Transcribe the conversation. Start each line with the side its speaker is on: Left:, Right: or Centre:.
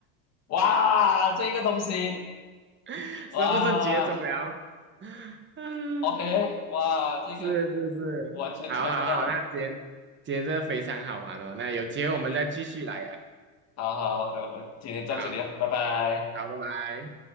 Left: 哇，这个东西，
Right: <laughs>
Left: 哇
Right: 是不是绝种了？<laughs> 嗯，
Left: ，OK，哇，这个
Right: 是是是，
Left: 完全猜不到。
Right: 好好好，那今天今天真的非常好玩哦，那有机会我们再继续来啦。
Left: 对对，好好的，我们今天到这里啊，
Right: 好
Left: 拜拜。
Right: 好，拜拜。